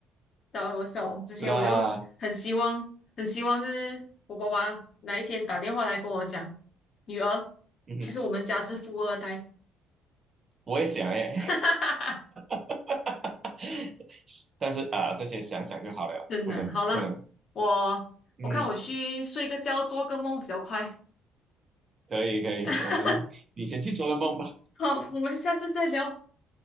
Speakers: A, on the left; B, on the right.
A: 我笑。之前我就很希望，
B: 是啦，
A: 很希望就是我爸爸哪一天打电话来跟我讲，女儿，
B: 嗯，
A: 其实我们家是富二代，
B: 我也想诶，
A: <laughs>
B: <laughs> 但是啊，这些想想就好了，
A: 真的。
B: 不能不能，
A: 好了，我我看我去睡个觉，
B: 嗯，
A: 做个梦比较快。
B: 可以可以，
A: <laughs>
B: 我们你先去做个梦吧，
A: 好，我们下次再聊。